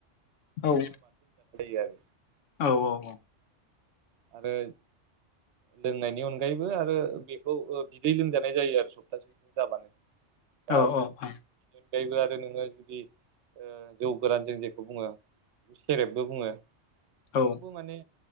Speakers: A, on the left; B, on the right.
A: औ
B: जायो
A: औ औ औ
B: आरो लोंनायनि अनगायैबो आरो बेखौ बिदै लोंजानाय जायो आरो सप्तासेसो जाबानो दा
A: औ
B: बिनि अनगायबो आरो नोङो जुदि जौ गोरान जों जेखौ बुङो बे सेरेबबो बुङो बेखौबो
A: औ
B: माने